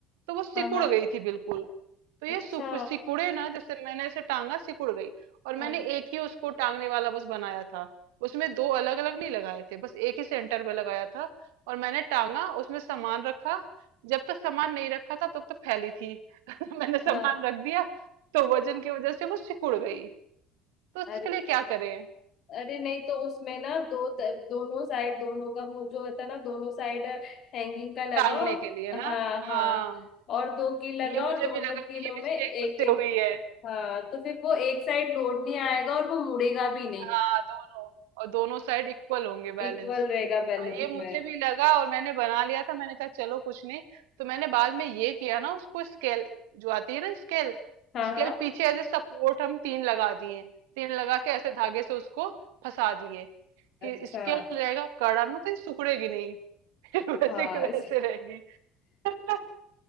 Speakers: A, on the right (about 80°); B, on the left (about 55°).
A: तो वो सिकुड़
B: हाँ हाँ
A: गई थी बिल्कुल तो ये
B: अच्छा
A: सुक- सिकुड़े ना जैसे मैंने ऐसे टांगा सिकुड़ गई और
B: हाँ
A: मैंने एक ही उसको टांगने वाला बस बनाया था उसमें दो अलग अलग नहीं लगाए थे बस एक ही सेंटर पे लगाया था और मैंने टांगा उसमें सामान रखा जब तक सामान नहीं रखा था तब तक फैली थी <laughs> मैंने सामान
B: हाँ
A: रख दिया तो वजन की वजह से वो सिकुड़ गई तो उसके
B: अरे
A: लिए क्या करें
B: अरे नहीं तो उसमें ना दो त- दोनों साइड दोनों का मुंह जो होता है ना दोनों साइड हैंगिंग का लगाओ
A: टांगने के लिए ना
B: हाँ
A: हाँ
B: हाँ और दो कील लगाओ
A: ये मुझे
B: और दोनों
A: भी लगा
B: कीलों
A: कि ये मिस्टेक
B: में एक
A: मुझसे
B: एक
A: हुई है
B: हाँ तो फिर वो एक साइड लोड नहीं आएगा और वो मुड़ेगा भी नहीं
A: हाँ दोनों और दोनों साइड इक्वल होंगे बैलेंस
B: इक्वल रहेगा बैलेंस
A: ये मुझे
B: में
A: भी लगा और मैंने बना लिया था मैंने कहा चलो कुछ नहीं तो मैंने बाद में ये किया ना उसको स्केल जो आती है ना स्केल
B: हाँ
A: स्केल
B: हाँ
A: पीछे एज ए सपोर्ट हम तीन लगा दिए तीन लगा के ऐसे धागे से उसको फंसा दिए
B: अच्छा
A: कि स्केल रहेगा कड़ा ना तो ये सिकुड़ेगी नहीं <laughs> फिर वैसे
B: हाँ
A: के
B: इस-
A: वैसे रहेगी <laughs>